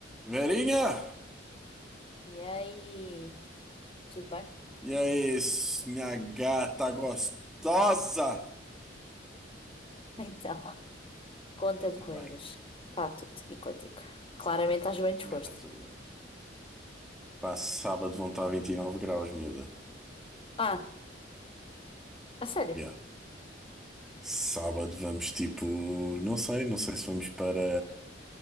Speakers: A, in the centre; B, on the left.
A: Verinha!
B: E aí, tudo bem?
A: E aí, s- minha gata gostosa!
B: Então, conta-me
A: Tá tudo
B: coisas.
A: bem?
B: Está tudo e contigo. Claramente estás bem disposto.
A: Também tá tudo bem. Pá, sábado vão estar 29 graus, miúda.
B: Ah, a sério.
A: Yeah. Sábado vamos tipo. Não sei, não sei se vamos para.